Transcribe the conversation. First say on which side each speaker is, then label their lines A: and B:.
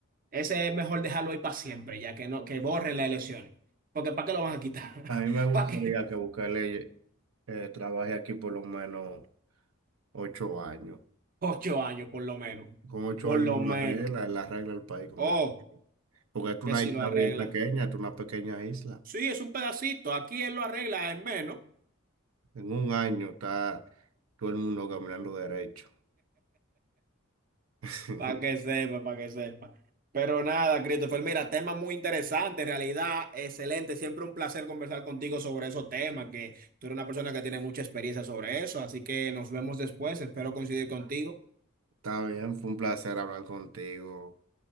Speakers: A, on the right (about 40°); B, on the right (about 80°).
A: Ese es mejor dejarlo ahí para siempre, ya que no, que borren las elecciones. Porque ¿para qué lo van a quitar?
B: A mí me
A: <laughs>
B: gustaría
A: ¿Para qué?
B: que Bukele eh, trabaje aquí por lo menos ocho años.
A: Ocho años por lo menos.
B: Con ocho
A: Por
B: años
A: lo menos.
B: lo arregla, él arregla el país con
A: Oh,
B: ocho años. Porque es una
A: que si
B: isla
A: lo arregla.
B: bien pequeña, es una pequeña isla.
A: Sí, es un pedacito. Aquí él lo arregla en menos.
B: En un año está todo el mundo caminando derecho. <laughs>
A: Para que sepa, para que sepa. Pero nada, Christopher, mira, tema muy interesante, en realidad, excelente. Siempre un placer conversar contigo sobre esos temas, que tú eres una persona que tiene mucha experiencia sobre eso, así que nos vemos después, espero coincidir contigo.
B: Está bien, fue un placer hablar contigo.